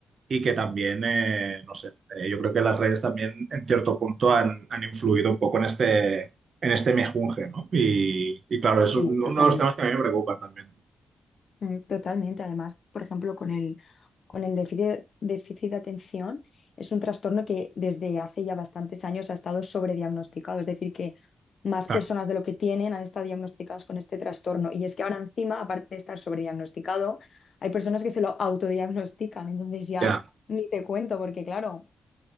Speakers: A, on the right; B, on the left.
A: y que también, eh, no sé, eh, yo creo que las redes también en cierto punto han, han influido un poco en este, en este mejunje, ¿no? Y, y claro, es
B: Sí,
A: un-
B: totalmente.
A: uno de los temas que a mí me preocupan también.
B: Mm, Totalmente. Además, por ejemplo, con el, con el déficit, déficit de atención, es un trastorno que desde hace ya bastantes años ha estado sobrediagnosticado. Es decir, que más
A: Claro,
B: personas de lo que tienen han estado diagnosticadas con este trastorno. Y es que ahora encima, aparte de estar sobrediagnosticado, hay personas que se lo autodiagnostican. Entonces ya
A: ya,
B: ni te cuento, porque claro.